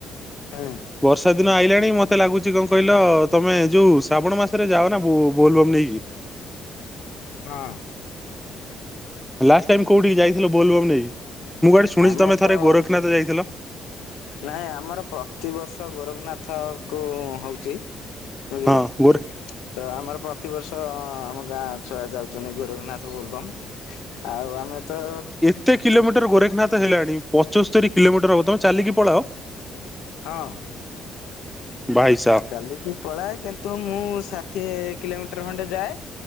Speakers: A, on the left; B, in the centre.
A: ହୁଁ
B: ବର୍ଷା ଦିନ ଆଇଲାଣି ମତେ ଲାଗୁଛି କଣ କହିଲ ତମେ ଯୋଉ ଶ୍ରାବଣ ମାସରେ ଯାଅ ନା ବୋ-ବୋଲବମ୍ ନେଇକି?
A: ହଁ।
B: ଲାଷ୍ଟ ଟାଇମ କୋଉଠିକି ଯାଇଥିଲ ବୋଲବମ୍ ନେଇକି? ମୁଁ କୁଆଡ଼େ ଶୁଣିଛି
A: ଆମର
B: ତମେ ଥରେ
A: ତ
B: ଗୋରଖନାଥ ଯାଇଥିଲ?
A: ନାଇଁ ଆମର ପ୍ରତିବର୍ଷ ଗୋରଖନାଥକୁ ହଉଛି। ବୁଝିଲେ
B: ହଁ ଗୋରେ
A: ତ ଆମର ପ୍ରତିବର୍ଷ ଆମ ଗାଁ। ଛୁଆ ଯାଉଛନ୍ତି ଗୋରଖନାଥ ବୋଲବମ୍ ଆଉ ଆମେ ତ।
B: କେତେ କିଲୋମିଟର ଗୋରେଖନାଥ ହେଲାଣି ପଚସ୍ତରି କିଲୋମିଟର ହବ ତମେ ଚାଲିକି ପଳାଅ?
A: ହଁ।
B: ଭାଇସାବ
A: ଚାଲିକି ପଳାଏ କିନ୍ତୁ ମୁଁ ଷାଠିଏ କିଲେମିଟର ଖଣ୍ଡେ ଯାଏ।